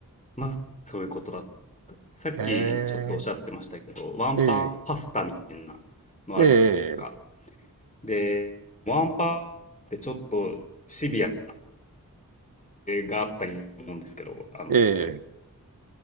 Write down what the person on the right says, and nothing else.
ええ、
ええ、ええ。
ええ、